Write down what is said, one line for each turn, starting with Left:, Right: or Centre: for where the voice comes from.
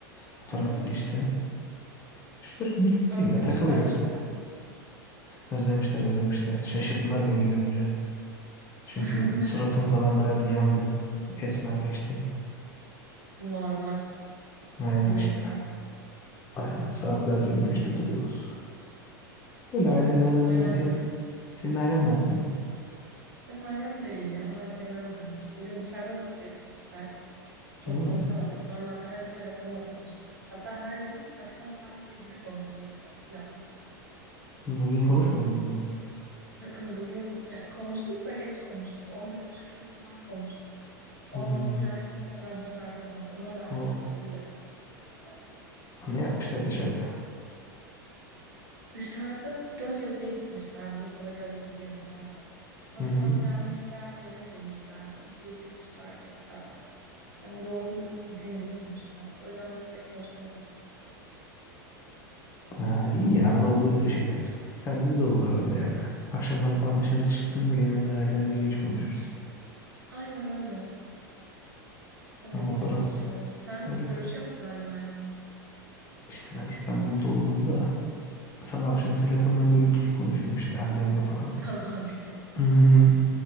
Left: O tarafta
Right: Hı hı.
Left: işte üç dört gündür buradayım
Right: Özlemişler
Left: ya takılıyoruz.
Right: mi seni?
Left: Özlemişler özlemişler. Şaşırdılar beni görünce. Çünkü
Right: <laughs> Neden?
Left: suratım falan biraz yandı. Esmerleştim.
Right: Normal.
Left: Aynen
Right: Güneşten.
Left: işte. Aynen saatlerce güneşte duruyoruz. Böyle ailemle
Right: Benim
Left: aram
Right: ailem
Left: iyi. Sen,
Right: de.
Left: senin ailen ne yapıyor?
Right: Benim ailem de iyi. Onlar da beni özlemiş. Bugün dışarıda vakit geçirmişler. Çok
Left: Hmm.
Right: konuşamadık. Normalde her gün telefonla konuşuruz. Hatta her gün akşam saat yedide konuşuruz yani. Planlıdır.
Left: Bugün konuşmadınız mı?
Right: Hı-hı, Bugün yani konuştuk da geç konuştuk. On bir buçuk gibi falan konuştuk. Onlar
Left: Hmm.
Right: bugün akşama kadar dışarıdalardı. Onlar da arkadaşlarıyla
Left: O,
Right: vakit geçirmişler.
Left: ne yapmışlar dışarıda?
Right: Dışarıda Gölyazı'ya gitmişler. Bursa'da Gölyazı diye bir yer var. Akşam
Left: Hı hı.
Right: gelmişler, yemek yemişler, kafeye çıkmışlar tekrar. Yani yoğun gün geçirmişler. O yüzden biz pek görüşemedik.
Left: Ha, iyi ya, arada oluyor öyle şeyler. Sende de olur arada yani. Akşamları falan dışarı çıktığımda genelde ailemle geç konuşuruz.
Right: Aynen öyle. Ben
Left: Ama
Right: de geç
Left: o taraf
Right: konuşuyorum. Sen
Left: öyle.
Right: görüşüyor musun her gün ailenle?
Left: İşte ben İstanbul'da olduğumda sabah akşam telefonla görüntülü konuşuyorum işte annemle falan.
Right: <laughs> Sabah akşam.
Left: <laughs> Hı hı.